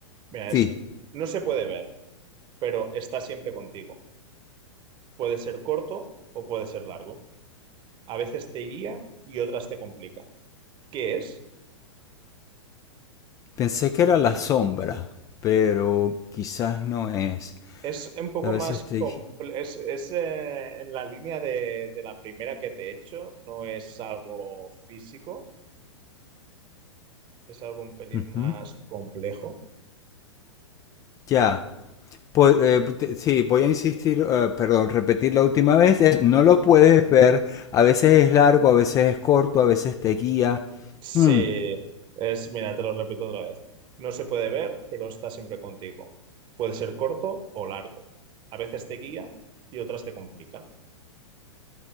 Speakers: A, on the right (about 30°); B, on the left (about 20°).
A: Mira,
B: Sí,
A: es, no se puede ver, pero está siempre contigo. Puede ser corto o puede ser largo. A veces te guía y otras te complica. ¿Qué es?
B: pensé que era la sombra, pero quizás no es.
A: Es un poco
B: A veces
A: más
B: te...
A: complejo, es, es, eh, en la línea de, de la primera que te he hecho, no es algo físico, es algo un pelín
B: Ujú.
A: más complejo.
B: Ya. Po- eh, te- sí, voy a insistir, eh, perdón, repetir la última vez. Es, no lo puedes ver. A veces es largo, a veces es corto, a veces te guía.
A: Sí,
B: Mm,
A: es, mira, te lo repito otra vez. No se puede ver, pero está siempre contigo. Puede ser corto o largo. A veces te guía y otras te complica.